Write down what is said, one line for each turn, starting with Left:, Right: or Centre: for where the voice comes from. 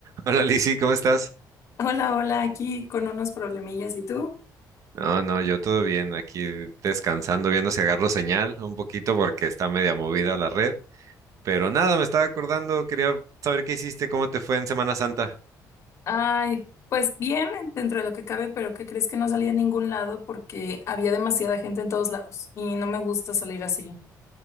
Right: Hola Lizzy, ¿cómo estás?
Left: Hola, hola, aquí con unos problemillas. ¿Y tú?
Right: No, no, yo todo bien, aquí descansando, viendo si agarro señal un poquito porque está media movida la red. Pero nada, me estaba acordando, quería saber qué hiciste, cómo te fue en Semana Santa.
Left: Ay, pues bien, dentro de lo que cabe, pero ¿qué crees que no salí a ningún lado porque había demasiada gente en todos lados y no me gusta salir así?